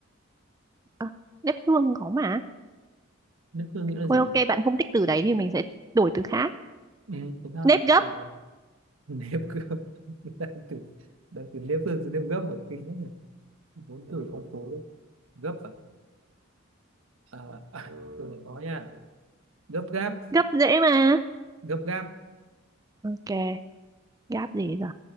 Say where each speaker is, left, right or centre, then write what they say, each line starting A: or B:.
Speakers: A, on the right; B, on the right.
A: à, nếp hương có mà
B: nước hương nghĩa là gì
A: thôi ok bạn không thích từ đấy thì mình sẽ đổi từ khác
B: ừ, đúng không
A: nếp gấp
B: từ <laughs> nếp gấp <laughs> đang từ đang từ nếp hương từ nếp gấp ở kinh lắm này vốn từ phong phú đấy gấp à, à, à từ này khó nha gấp gáp
A: gấp dễ mà
B: gấp gáp
A: ok gáp gì giờ